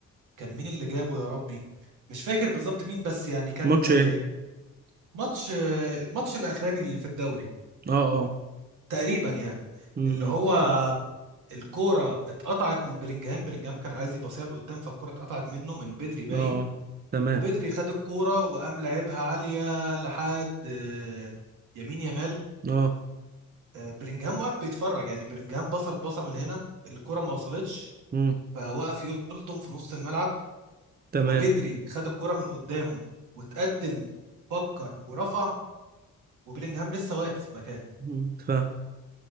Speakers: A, on the right (about 80°); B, on the right (about 30°).
A: كان مين اللي جابه يا ربي مش فاكر بالظبط مين بس يعني كان
B: ماتش
A: آه،
B: إيه؟
A: ماتش آه، الماتش الأخراني اللي في الدوري
B: أه أه
A: تقريبا يعني
B: م-
A: اللي هو
B: م.
A: الكورة اتقطعت من بلينجهام بلينجهام كان عايز يباصيها لقدام فالكورة اتقطعت منه من بدري باين
B: أه أه تمام
A: وبدري خد الكورة وقام لعبها عالية لحد آه، يمين يمال
B: أه
A: آه، بلينجهام واقف بيتفرج يعني بلينجهام بصل بصه من هنا الكره ما وصلتش
B: م.
A: فوقف يلطم في نص الملعب
B: تمام
A: وبدري خد الكره من قدامه وتقدم فكر ورفع وبلينجهام لسه واقف في مكانه
B: م. فاهم